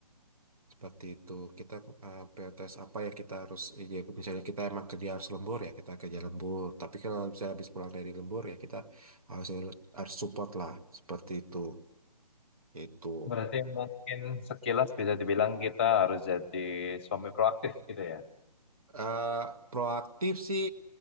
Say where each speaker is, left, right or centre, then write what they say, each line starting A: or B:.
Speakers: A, on the right (about 60°); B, on the left (about 15°).
A: Seperti itu, kita eh, prioritas apa yang kita harus, ya, misalnya kita emang kerja harus lembur ya, kita kerja lembur. Tapi kalau misalnya habis pulang dari lembur ya kita harus, harus support lah, seperti itu. Itu.
B: berarti mungkin sekilas bisa dibilang kita harus jadi suami proaktif gitu ya
A: eh proaktif sih